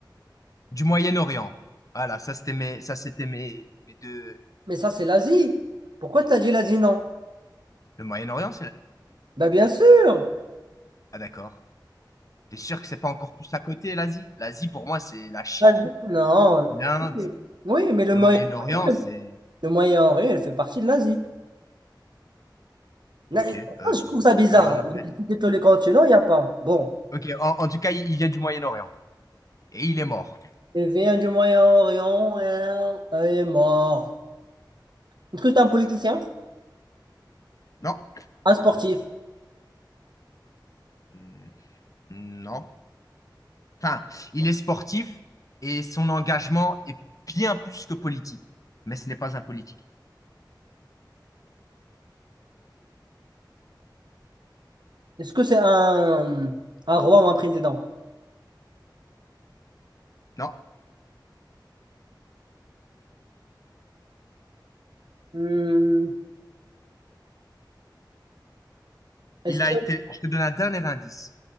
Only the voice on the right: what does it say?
Mais ça, c'est l'Asie. Pourquoi tu as dit l'Asie, non?
Ben bien sûr.
l'Asie- Non.
Oui, Oui, mais le
Moyen-Orient,
le Moyen-Orient, il fait partie de l'Asie. Na-
ça,
Je trouve ça bizarre.
hein, J'ai cité tous les continents, il n'y a pas. Bon.
Il vient du Moyen-Orient, et il est mort. Est-ce que c'est un politicien?
Un sportif.
Est-ce que c'est un, un roi ou un président?
Hmm, Est-ce
que...